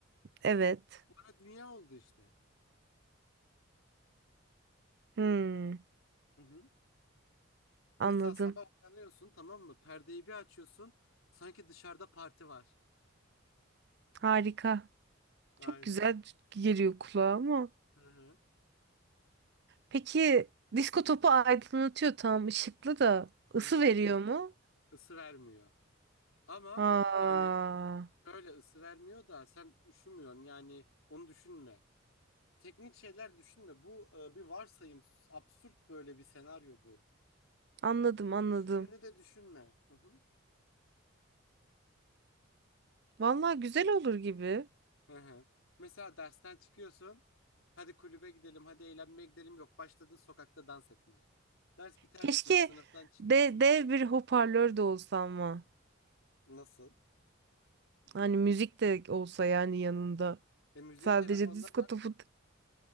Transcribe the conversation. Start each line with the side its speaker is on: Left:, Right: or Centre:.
Right: Evet.
Left: Orada dünya oldu işte.
Right: Hmm.
Left: Hı hı.
Right: Anladım.
Left: Mesela sabah uyanıyorsun tamam mı? Perdeyi bir açıyorsun. Sanki dışarıda parti var.
Right: Harika.
Left: Aynen.
Right: Çok güzel geliyor kulağa ama.
Left: Hı hı.
Right: Peki disko topu aydınlatıyor tam ışıklı da ısı
Left: Hı hı.
Right: veriyor mu?
Left: Isı vermiyor. Ama
Right: Aa,
Left: hani öyle ısı vermiyor da sen üşümüyorsun. Yani onu düşünme. teknik şeyler düşünme. Bu e, bir varsayım. Absürt böyle bir senaryo bu.
Right: anladım anladım.
Left: Üşüdüğünü de düşünme. Hı hı.
Right: Vallahi güzel olur gibi.
Left: Hı hı. Mesela dersten çıkıyorsun. Hadi kulübe gidelim, hadi eğlenmeye gidelim. Yok, başladın sokakta dans etmeye. Ders biter
Right: Keşke
Left: bitmez sınıftan çıkıyorsun.
Right: de, dev bir hoparlör de olsa ama.
Left: Nasıl?
Right: Hani müzik de olsa yani yanında.
Left: E müziği
Right: Sadece
Left: telefondan
Right: disko topu.